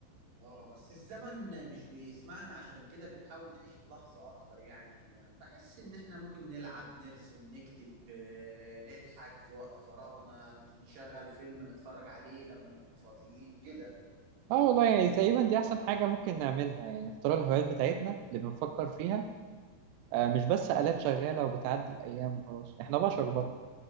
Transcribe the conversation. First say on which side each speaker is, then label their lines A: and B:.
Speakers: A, on the right (about 65°); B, on the right (about 80°).
A: اه بس الزمن مش بيسمعنا عشان كده بنحاول نعيش اللحظة اكتر يعني بحس ان احنا ممكن نلعب نرسم نكتب آه، نضحك في وقت فراغنا نشغل فيلم نتفرج عليه لما نبقى فاضيين كده
B: اه والله يعني تقريبا دي احسن حاجه ممكن نعملها يعني نختار الهوايات بتاعتنا اللي بنفكر فيها آه مش بس آلات شغاله وبتعدي الايام وخلاص احنا بشر برضه